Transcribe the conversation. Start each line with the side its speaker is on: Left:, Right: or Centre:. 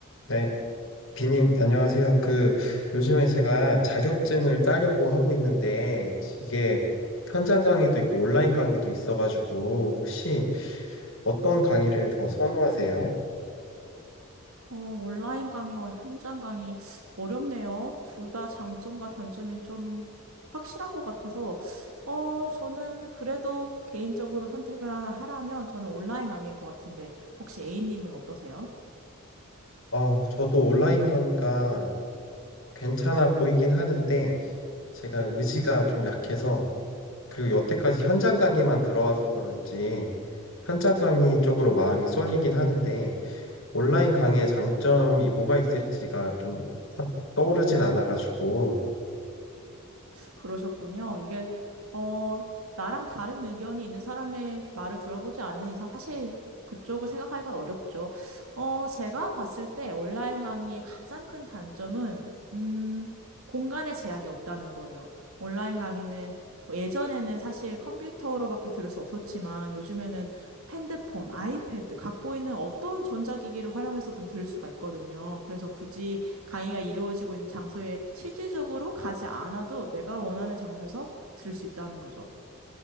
Left: 네, 비님, 안녕하세요. 그, 요즘에 제가 자격증을 따려고 하고 있는데, 이게 현장 강의도 있고 온라인 강의도 있어가지고, 혹시 어떤 강의를 더 선호하세요?
Right: 어, 온라인 강의와 현장 강의 어렵네요. 둘 다 장점과 단점이 좀 확실한 것 같아서, 어, 저는 그래도 개인적으로 선택을 하나 하라면 저는 온라인 강의일 것 같은데, 혹시 A님은 어떠세요?
Left: 어, 저도 온라인 강의가 괜찮아 보이긴 하는데, 제가 의지가 좀 약해서, 그리고 여태까지 현장 강의만 들어와서 그런지, 현장 강의 쪽으로 마음이 쏠리긴 하는데, 온라인 강의의 장점이 뭐가 있을지가 좀 딱 떠오르진 않아가지고.
Right: 그러셨군요. 이게, 어, 나랑 다른 의견이 있는 사람의 말을 들어보지 않는 이상 사실 그쪽을 생각하기가 어렵죠. 어, 제가 봤을 때 온라인 강의의 가장 큰 단점은, 음, 공간의 제약이 없다는 거예요. 온라인 강의는 뭐 예전에는 사실 컴퓨터로밖에 들을 수 없었지만 요즘에는 핸드폰, 아이패드, 갖고 있는 어떤 전자기기를 활용해서든 들을 수가 있거든요. 그래서 굳이 강의가 이루어지고 있는 장소에 실질적으로 가지 않아도 내가 원하는 장소에서 들을 수 있다는 거죠.